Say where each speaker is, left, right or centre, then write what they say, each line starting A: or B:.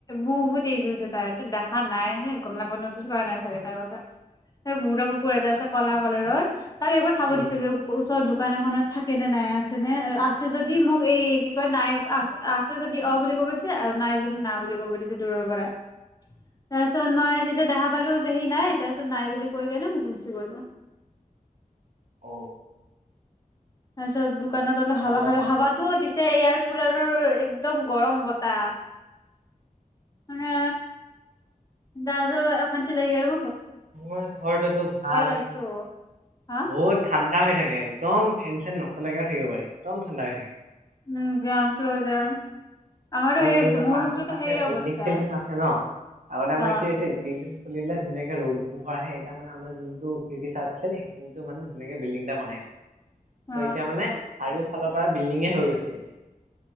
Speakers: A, on the left; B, on the right.
A: বহুত এইজ হৈছে তাইৰ। দেখা নাই ন গম নাপ নো কৰা নাই চাগে তাৰ কথা। বুঢ়া কুকুৰ এটা আছে। কলা কালাৰৰ তাক একবাৰ চাব
B: উম।
A: দিছিল যে ত দোকান এখনত থাকে নে নাই আছে নে আছে যদি মোক এই কি কয় নাই আ আছে যদি অ বুলি কব দিছে নাই যদি নাই বুলি কব দিছে দূৰৰ পৰা তাৰপিছত মই যেতিয়া দেখা পালো যে সি নাই তাৰপিছত নাই বুলি কৈ কেনে মোক গুচি গলো।
B: অ
A: তাৰপিছত দোকানত অলপ হাৱা
B: ভাল লাগে।
A: হাৱা হাৱাটো দিচ এয়াৰ কুলাৰৰ একদম গৰম বতাহ। মানে দাজৰ অশান্তি লাগি গেল
B: আমাৰ ঘৰত এটো ভাল।
A: আহিছো হা
B: বহুত ঠাণ্ডা হৈ থাকে একদম। ফেন চেন নচলাকে থাকিব পাৰি। একদম ঠাণ্ডা হৈ থাকে।
A: উম গ্ৰাউণ্ড ফ্লৰ যে আমাৰো
B: আৰু
A: সেই
B: মেইন
A: হৈছে
B: কথা
A: মোৰ ৰুমটোতো
B: আশে পাশে
A: সেই
B: বিল্ডিং
A: অৱস্থা
B: চিল্ডিং আছে ন আগতে
A: অ
B: আমাৰ কি হৈছিল কি চলিলে ধুনীয়াকে ৰ'দ পোহৰ আহে এটা মানে আমাৰ যোনটো খি আছে সেইখিনিত মানে ধুনীয়াকে বি্ডিং এটা বনাই
A: অ
B: ত এতিয়া মানে চাৰিও ফালৰ পৰা বিল্ডিঙে হৈ গৈছে এতিয়া